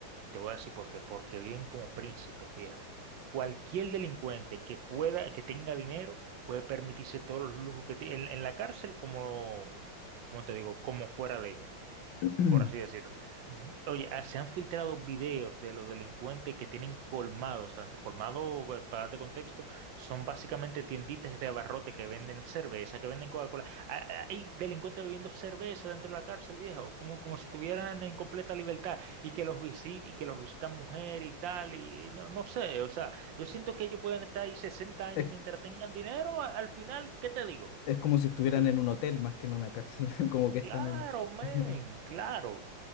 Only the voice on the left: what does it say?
<clears throat>
Es,
es como si estuvieran
en un hotel más que en una cárcel, <laughs> como que están
en...
<laughs>